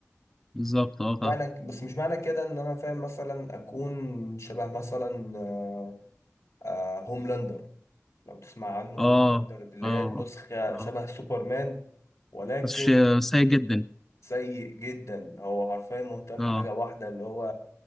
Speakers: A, in the centre; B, on the left.
A: بالظبط اه فاهم
B: معنى بس مش معنى كده ان انا فاهم مثلا اكون شبه مثلا آه، آه، هوملاندر لو تسمع عنه
A: اه
B: ملاندر اللي
A: اه
B: هي نسخة
A: اه
B: شبه سوبرمان ولكن
A: بس شيء سيء جدا
B: سيء جدا هو حرفيا مهتم
A: اه
B: حاجة واحدة اللي هو